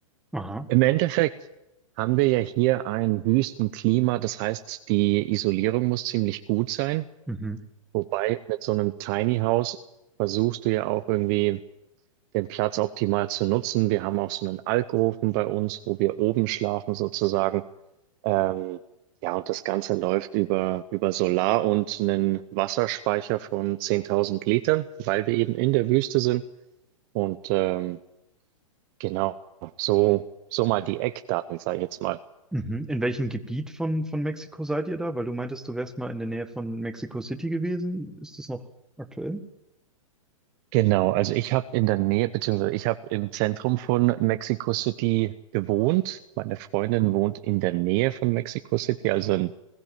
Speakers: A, in the centre; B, on the right.
A: Aha.
B: Im Endeffekt haben wir ja hier ein Wüstenklima, das heißt, die Isolierung muss ziemlich gut sein.
A: Mhm.
B: Wobei mit so einem Tiny House versuchst du ja auch irgendwie den Platz optimal zu nutzen. Wir haben auch so einen Alkoven bei uns, wo wir oben schlafen sozusagen. Ähm, ja, und das Ganze läuft über, über Solar und einen Wasserspeicher von 10.000 Litern, weil wir eben in der Wüste sind. Und ähm, genau, so, so mal die Eckdaten, sage ich jetzt mal.
A: Mhm. In welchem Gebiet von, von Mexiko seid ihr da? Weil du meintest, du wärst mal in der Nähe von Mexico City gewesen. Ist das noch aktuell?
B: Genau, also ich habe in der Nähe, beziehungsweise ich habe im Zentrum von Mexico City gewohnt. Meine Freundin wohnt in der Nähe von Mexico City, also in